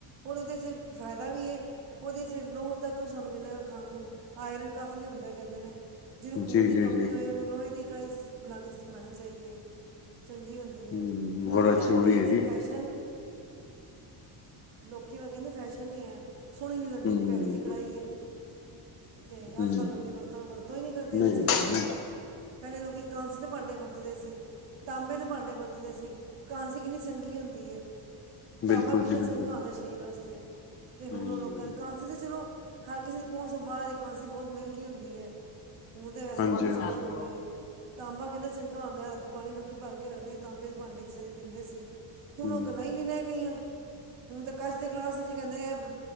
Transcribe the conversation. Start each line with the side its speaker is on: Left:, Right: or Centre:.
Right: ਔਰ ਉਹਦੇ 'ਚ ਫਾਇਦਾ ਵੀ ਹੈ ਉਹਦੇ 'ਚ ਲਹਤੱਤਵ ਸਾਨੂੰ ਮਿਲੇਗਾ ਖਾਣ ਨੂੰ। ਆਇਰਨ ਕਾਫੀ ਹੁੰਦਾ। ਕਹਿੰਦੇ ਨੇ ਜਿਹਨੂੰ ਖੂਨ
Left: ਜੀ
Right: ਦੀ
Left: ਜੀ
Right: ਕਮੀ
Left: ਜੀ
Right: ਹੋਏ ਉਹਨੂੰ ਲੋਹੇ ਦੀ ਕੜਾਹੀ 'ਚ ਬਨਾ ਕੇ ਚੀਜ਼ ਖਾਣੀ ਚਾਹੀਦੀ ਐ ਚੰਗੀ ਹੁੰਦੀ
Left: ਹਮ
Right: ਏ ਹੁਣ
Left: ਬੜਾ
Right: ਲੋਕੀ
Left: ਜ਼ਰੂਰੀ
Right: ਰੱਖਦੇ ਹੀ ਨਹੀਂ
Left: ਹੈ ਜੀ
Right: ਫੈਸ਼ਨ ਲੋਕੀ ਤੇ ਕਹਿੰਦੇ ਫੈਸ਼ਨ ਹੀ ਹੈ ਸੋਹਣੀ ਨਹੀਂ ਲੱਗਦੀ
Left: ਹਮ
Right: ਭੈੜੀ ਜਿਹੀ ਕੜਾਈ ਏ ਤੇ
Left: ਹਮ
Right: ਅੱਜ ਕੱਲ੍ਹ ਲੋਕੀ ਵਰਤੋਂ ਵਰਤੋਂ ਹੀ ਨਹੀਂ ਕਰਦੇ
Left: ਨਹੀਂ
Right: ਇਹਨਾਂ ਚੀਜ਼ਾਂ ਦੀ। ਪਹਿਲੇ ਲੋਕੀ ਕਾਂਸੀ ਦੇ ਭਾਂਡੇ ਵਰਤਦੇ ਸੀ। ਤਾਂਬੇ ਦੇ ਭਾਂਡੇ ਵਰਤਦੇ ਸੀ। ਵਰਤਦੇ ਸੀ ਕਾਂਸੀ ਕਿੰਨੀ ਚੰਗੀ ਹੁੰਦੀ ਹੈ। ਤਾਂਬਾ
Left: ਬਿਲਕੁਲ
Right: ਕਿੰਨਾ
Left: ਜੀ ਬਿਲਕੁਲ
Right: ਚੰਗਾ ਹੁੰਦਾ ਸਰੀਰ ਵਾਸਤੇ ਤੇ ਹੁਣ
Left: ਹਮ
Right: ਉਹ ਲੋਕਾਂ ਦੇ ਕ ਇਥੇ ਤੇ ਚਲੋ ਹਰ ਕਿਸੇ ਦੀ ਪਹੁੰਚ ਤੋਂ ਬਾਹਰ ਏ ਕਾਂਸੀ ਬਹੁਤ ਮਹਿੰਗੀ ਹੁੰਦੀ ਹੈ, ਹੁਣ ਤਾਂ ਵੈਸੇ
Left: ਹਾਂਜੀ
Right: ਹੀ ਪਹੁੰਚ
Left: ਹਾਂਜੀ
Right: ਤੋਂ ਬਾਹਰ ਹੋ ਗਈ ਹੈ। ਤਾਂਬਾ ਕਿੰਨਾ ਚੰਗਾ ਹੁੰਦਾ ਰਾਤੀ ਪਾਣੀ ਲੋਕੀ ਭਰ ਕੇ ਰੱਖਦੇ ਤਾਂਬੇ ਦੇ ਭਾਂਡੇ ਚ ਪੀਂਦੇ ਸੀ। ਹੁਣ
Left: ਹਮ
Right: ਉਹ ਗਲਾ ਹੀ ਨੀ ਰਹਿ ਗਈਆਂ। ਹੁਣ ਤਾਂ ਕਚ ਦੇ ਗਲਾਸ ਚ ਕਹਿੰਦੇ ਨੇ